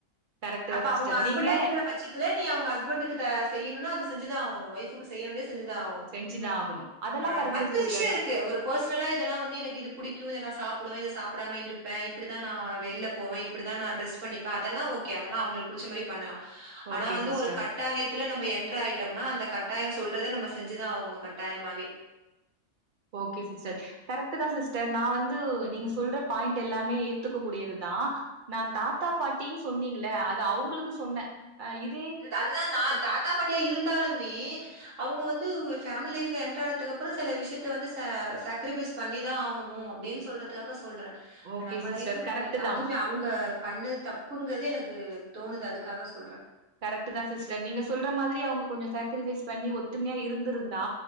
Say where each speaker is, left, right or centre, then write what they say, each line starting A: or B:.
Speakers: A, on the right (about 50°); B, on the right (about 80°).
A: கரெக்ட்
B: அப்ப
A: தா சிஸ்டர்
B: அவங்க ஹஸ்பண்டா
A: நீங்க
B: இருக்கிற பட்ச த்துல நீ அவங்க ஹ்ஸ்பெண்டுக்கு த செய்யணுனா அது செஞ்சதா ஆவணு ஒய்ஃப்க்கு செய்ய வேண்டிய செஞ்சுதா ஆவ
A: செஞ்சுதா ஆகணு அதெல்லா
B: ஆ
A: கரெக்ட்
B: மத்த
A: சிஸ்டர்
B: விஷயம் இருக்கு ஒரு பர்சனலா இதெல்லா வந்து எனக்கு இது புடிக்கு இத நா சாப்புடுவே இத சாப்புடாம இருப்பே இப்டிதா நா வெளில போவே இப்டிதா நா ட்ரெஸ் பண்ணிபே அதெல்லா ஓகே அதெல்லா அவுங்களுக்கு புடிச்ச மாரி பண்ணலா
A: ஓகே
B: ஆனா வந்து
A: சிஸ்டர்
B: ஒரு கட் டாயத்துல நம்ம என்டர் ஆயிட்டோம்னா அந்த கட்டாயம் சொல்றத நம்ம செஞ்சுதா ஆவணு கட்டாயமாவே
A: ஓகே சிஸ்டர் கரெக்ட்டுதா சிஸ்டர் நா வந்து நீங்க சொல்ற பாயிண்ட் எல்லாமே ஏத்துக்க கூடியதுதா நா
B: ம்.
A: தாத்தா பாட்டின்னு சொன்னீங்களே அது அவுங்களுக்கு சொன்னே ஆ இப்
B: அது அதுதா நா தாத்தா பாட்டியா இருந்தாலுமே அவுங்க வந்து ஃபேமிலி லைஃப்ல என்டர் ஆனதுக்கு அப்பறோ சில விஷயத்த வந்து ச சாக்ரிபைஸ் பண்ணிதா ஆவணு அப்டினு சொல்றதுக்காக சொல்ற
A: ஓகே
B: நம்ம
A: சிஸ்டர்
B: லைஃப்புனு
A: கரெக்ட்
B: கெடையாது
A: தான்
B: அதுமே அவுங்க பண்ணது தப்புங்கறதே எனக்கு தோணுது அதுக்காக சொல்ற
A: கரெக்ட்தா சிஸ்டர் நீங்க சொல்ற மாதிரி அவுங்க கொஞ்சோ சாக்ரிபைஸ் பண்ணி ஒத்துமையா இருந்துருந்தா